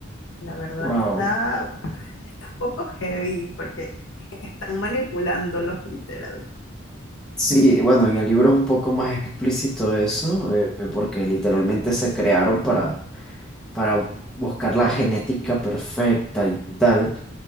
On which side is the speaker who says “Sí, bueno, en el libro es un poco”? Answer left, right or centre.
Centre